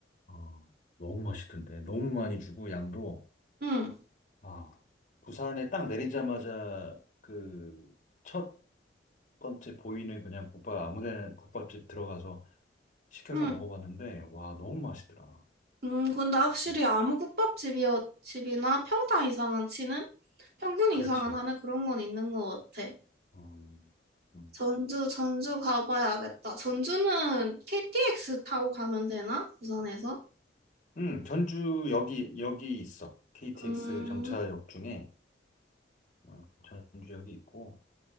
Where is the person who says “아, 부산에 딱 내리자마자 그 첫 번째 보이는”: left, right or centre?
Left